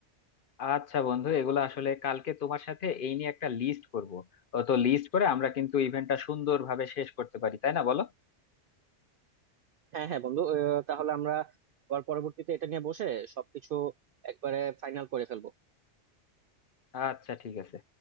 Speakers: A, on the left (about 50°); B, on the right (about 60°).
A: আচ্ছা বন্ধু এগুলো আসলে কালকে তোমার সাথে এই নিয়ে একটা লিস্ট করব তো লিস্ট করে আমরা কিন্তু ইভেন্টটা সুন্দরভাবে শেষ করতে পারি তাই না বলো
B: হ্যাঁ হ্যাঁ বন্ধু আহ, তাহলে আমরা আবার পরবর্তীতে এটা নিয়ে বসে সবকিছু একবারে ফাইনাল করে ফেলবো
A: আচ্ছা ঠিক আছে